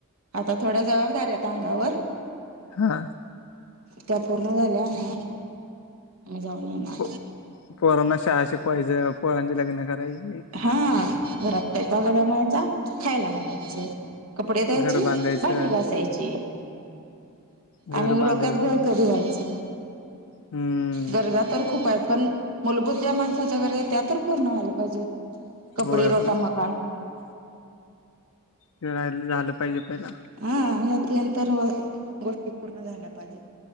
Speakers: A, on the right (about 75°); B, on the left (about 75°).
A: आता थोड्या जबाबदाऱ्या आहेत अंगावर.
B: हां.
A: त्या पूर्ण झाल्या ना मी जाऊन येणार.
B: प पोरांना शाळा शिकवायचं, पोरांची लग्न करायची.
A: हां घरात स्वयंपाक बनवायचा खायला घालायचं. कपडे धुवायची,
B: घर बांधायचं
A: भांडी घसायची
B: घर
A: आणि डोक्यात
B: बांधायचं
A: घर यायचं.
B: हम्म.
A: गरजा तर खूप आहेत पण मूलभूत ज्या माणसाच्या गरजा आहेत त्या तर पूर्ण व्हायला पाहिजेत. कपडे,
B: होय
A: रोटा,
B: होय
A: मकान.
B: ते राहिलेलं झालं पाहिजे पहिला.
A: हा, या तीन तर गोष्टी पूर्ण झाल्या पाहिजेत.